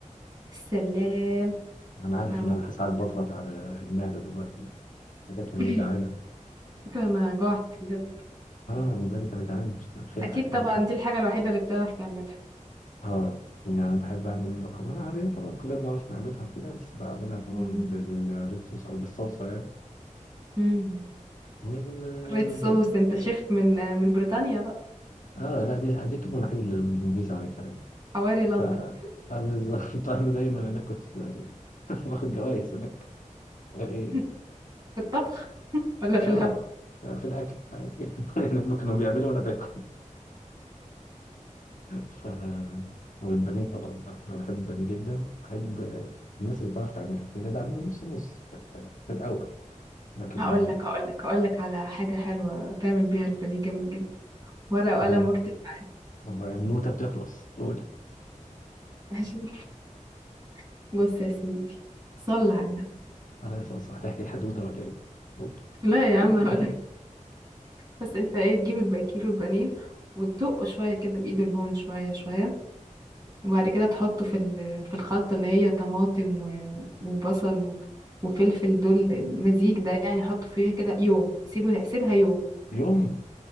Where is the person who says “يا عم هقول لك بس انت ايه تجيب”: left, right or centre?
Right